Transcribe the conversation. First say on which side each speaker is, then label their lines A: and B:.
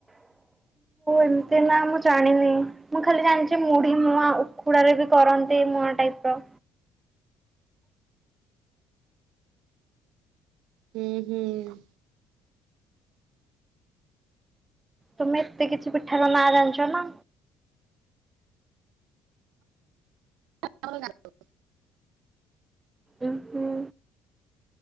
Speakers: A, on the right; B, on the right.
A: ଏମତି ନା ମୁଁ ଜାଣିନି। ମୁଁ ଖାଲି ଜାଣିଛି ମୁଢି ମୁଆ ଉକୁଡାରେ ବି କରନ୍ତି ମୁଆ ଟାଇପ ର
B: ହୁଁ ହୁଁ।
A: ତୁମେ ଏତେ କିଛି ପିଠାାର ମା ଜାଣିଛ ନା?
B: ଆମେ କାଇଁ ଜାଣିବୁ।
A: ଉଁ ହୁଁ।